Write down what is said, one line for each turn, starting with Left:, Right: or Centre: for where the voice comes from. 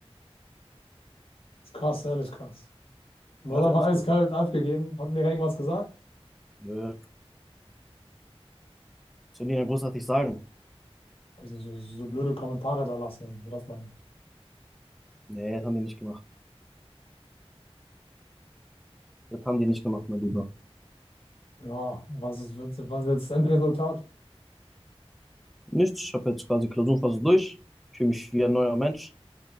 Left: Ist krass, ehrlich krass. Du
Centre: Ja,
Left: hast
Centre: ist
Left: einfach
Centre: ehrlich
Left: eiskalt
Centre: gut.
Left: abgegeben. Hat Lehrer irgendwas gesagt?
Centre: Nö, soll ich nicht großartig sagen.
Left: Also so, so so blöde Kommentare da lassen und so, das meine ich.
Centre: Nee, das haben die nicht gemacht. Das haben die nicht gemacht, mein Lieber.
Left: Ja, was ist, was ist jetzt das Endresultat?
Centre: Nichts, ich habe jetzt quasi Klausurenphase durch. Ich fühle mich wie ein neuer Mensch.